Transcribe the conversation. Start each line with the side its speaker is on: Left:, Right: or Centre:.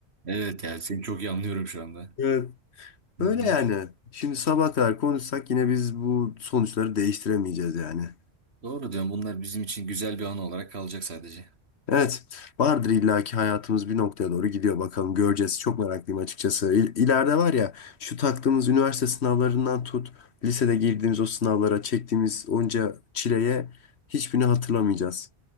Right: Evet ya seni çok iyi anlıyorum şu anda.
Left: Evet. Öyle
Right: Hı hı.
Left: yani. Şimdi sabaha kadar konuşsak yine biz bu sonuçları değiştiremeyeceğiz yani.
Right: Doğru diyorsun bunlar bizim için güzel bir anı olarak kalacak sadece.
Left: Evet, vardır illaki hayatımız bir noktaya doğru gidiyor bakalım göreceğiz. Çok meraklıyım açıkçası. İl- İleride var ya şu taktığımız üniversite sınavlarından tut, lisede girdiğimiz o sınavlara çektiğimiz onca çileye hiçbirini hatırlamayacağız.